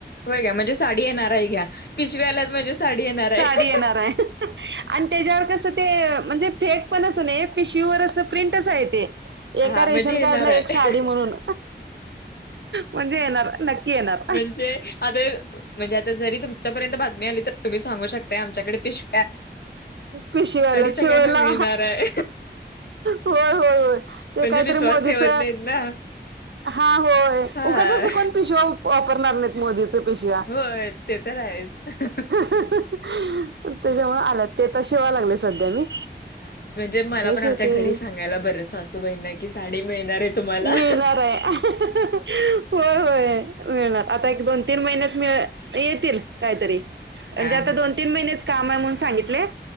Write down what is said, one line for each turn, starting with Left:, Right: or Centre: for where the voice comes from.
Left: होय का? म्हणजे साडी येणार आहे घ्या. पिशव्या आल्यात म्हणजे साडी येणार आहे.
Right: साडी येणार आहे. आणि त्याच्यावर कसं ते म्हणजे फेक पण अस नाही, पिशवीवर असं प्रिंटच आहे ते. एका
Left: हा
Right: रेशन
Left: म्हणजे
Right: कार्डला,
Left: येणार आहे
Right: एक साडी म्हणून. म्हणजे येणार, नक्की येणार.
Left: म्हणजे आता म्हणजे आता जरी तुमच्यापर्यंत बातमी आली, तर तुम्ही सांगू शकताय, आमच्याकडे पिश
Right: व्या आलेत
Left: सगळ्यांना
Right: शिवायला.
Left: मिळणार आहे
Right: होय होय होय. ते
Left: म्हणजे
Right: काहीतरी
Left: विश्वास
Right: मोदीच.
Left: ठेवत नाहीत ना
Right: हा, होय.
Left: हा
Right: उगाच अस कोण पिशव वापरणार नाहीत, मोदीच पिशव्या.
Left: होय ते तर आहेच
Right: त्याच्यामुळं आल्यात, ते त शिवाय लागले सध्या मी.
Left: हा. म्हणजे मला
Right: ते शिवते
Left: पण आमच्या घरी सांगायला बरं. सासूबाईंना की, साडी मिळणार आहे तुम्हाला.
Right: मिळणार आहे होय होय, मिळणार. आता एक, दोन, तीन महिन्यात मिळ येतील. काहीतरी म्हणजे
Left: हा
Right: आता
Left: हा
Right: दोन, तीन महिनेच काम आहे म्हणून सांगितलय.